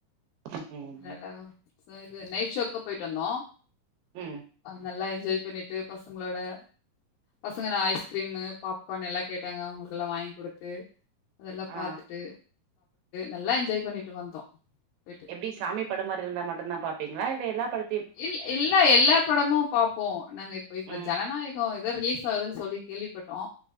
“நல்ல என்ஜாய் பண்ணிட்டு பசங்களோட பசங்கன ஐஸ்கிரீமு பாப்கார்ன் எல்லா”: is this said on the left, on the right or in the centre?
Left